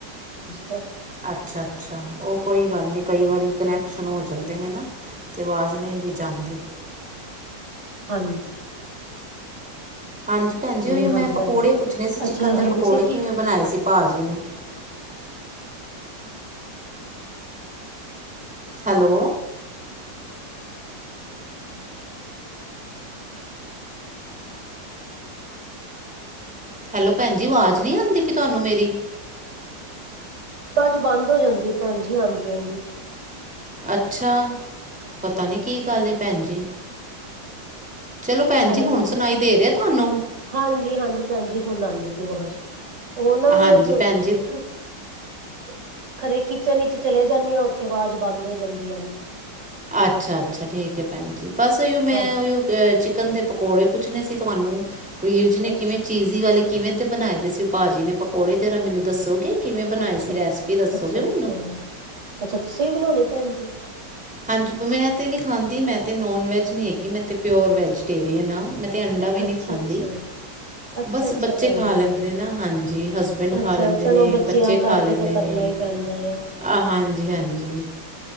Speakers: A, on the right (about 75°); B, in the centre.
A: ਤੁ
B: ਅੱਛਾ-ਅੱਛਾ। ਉਹ ਕੋਈ ਗੱਲ ਨਹੀ। ਕਈ ਵਾਰੀ ਕਨੈਕਸ਼ਨ ਹੋ ਜਾਂਦੇ। ਆਦੇ ਨੇ ਨਾ ਤੇ ਆਵਾਜ਼ ਨਹੀਂ ਵਿਚ ਆਂਦੀ।
A: ਹਾਂਜੀ।
B: ਹਾਂਜੀ, ਭੈਣ ਜੀ ਉਹੀ
A: ਹਾਂਜੀ
B: ਮੈਂ ਪਕੌੜੇ
A: ਹਾਂਜੀ
B: ਪੁੱਛਣੇ ਸੀ। ਚਿਕਨ
A: ਅੱਛਾ
B: ਦੇ
A: ਹਾਂਜੀ
B: ਪਕੌੜੇ
A: ਤੁਸੀਂ
B: ਕਿਵੇਂ
A: ਕੀ
B: ਬਣਾਏ ਸੀ। ਪਾ ਜੀ ਨੇ। ਹੈਲੋ! ਹੈਲੋ, ਭੈਣ ਜੀ। ਆਵਾਜ਼ ਨਹੀਂ ਆਂਦੀ ਪਈ, ਤਵਾਨੂੰ ਮੇਰੀ।
A: ਵਾਜ ਬੰਦ ਹੋ ਜਾਂਦੀ ਹੈ। ਭੈਣ ਜੀ ਆਉਂਦੀ ਆਂਦੀ।
B: ਅੱਛਾ! ਪਤਾ ਨੀ ਕੀ ਗੱਲ ਹੈ? ਭੈਣ ਜੀ। ਚਲੋ ਭੈਣ
A: ਹੈਲੋ!
B: ਜੀ ਹੁਣ ਸੁਣਾਈ ਦੇ ਰਿਹਾ ਤੁਹਾਨੂੰ
A: ਹਾਂਜੀ-ਹਾਂਜੀ ਭੈਣ ਜੀ। ਹੁਣ ਆਂਦੀ ਪਈ ਆਵਾਜ਼। ਉਹ ਨਾ <unintelligible>
B: ਹਾਂਜੀ ਭੈਣ ਜੀ
A: ਖਰੇ ਕਿਚਨ ਵਿਚ ਚਲੇ ਜਾਂਣੀ ਹਾਂ। ਉੱਥੇ ਆਵਾਜ਼ ਬੰਦ ਹੋ ਜਾਂਦੀ ਐ।
B: ਅੱਛਾ-ਅੱਛਾ ਠੀਕ ਆ ਭੈਣ ਜੀ। ਬਸ ਮੈਂ
A: ਹਾਂ
B: <unintelligible> ਚਿਕਨ ਦੇ ਪਕੌੜੇ ਪੁੱਛਣੇ ਸੀ ਤੁਹਾਨੂੰ, ਵੀਰ ਜੀ ਨੇ
A: ਅੱਛਾ
B: ਕਿਵੇਂ ਚੀਜ਼ੀ ਵਾਲੇ ਕਿਵੇਂ ਦੇ ਬਣਾਏ ਦੇ ਸੀ, ਭਾਜੀ ਨੇ ਪਕੌੜੇ ਜਰਾ ਮੈਨੂੰ ਦੱਸੋਗੇ? ਕਿਵੇਂ ਬਣਾਏ
A: ਅੱਛਾ,
B: ਸੀ ਰੈਸਪੀ ਦੱਸੋਗੇ
A: ਅੱਛਾ-ਅੱਛਾ।
B: ਮੈਨੂੰ
A: ਅੱਛਾ, ਤੁਸੀਂ ਵੀ ਬਣਾਉਣੇ ਭੈਣ ਜੀ।
B: ਹਾਂਜੀ। ਮੈਂ ਤੇ ਨੀ ਖਾਂਦੀ ਮੈਂ ਤੇ ਨੋਨ ਵੈਜ ਨੀ ਹੈਗੀ, ਮੈਂ ਤੇ ਪਿਓਰ ਵੈਜੀਟੇਰੀਅਨ ਆਂ। ਮੈਂ ਤਾਂ ਅੰਡਾ ਵੀ ਨਹੀਂ
A: ਅੱਛਾ
B: ਖਾਂਦੀ।
A: ਅੱਛਾ ਅੱਛਾ
B: ਬਸ
A: ਅੱਛਾ
B: ਬੱਚੇ
A: ਭੈਣ
B: ਖਾ
A: ਜੀ
B: ਲੈਂਦੇ ਨਾ ਹਾਂਜੀ, ਹਸਬੈਂਡ
A: ਅੱਛਾ
B: ਖਾ ਲੈਂਦੇ
A: ਚਲੋ
B: ਨੇ,
A: ਬੱਚਿਆਂ
B: ਬੱਚੇ
A: ਕਰਕੇ
B: ਖਾ ਲੈਂਦੇ
A: ਤੇ ਕਰਨਾ
B: ਨੇ।
A: ਹੀ
B: ਅਹ,
A: ਪੈਂਦਾ ਆ
B: ਹਾਂਜੀ- ਹਾਂਜੀ।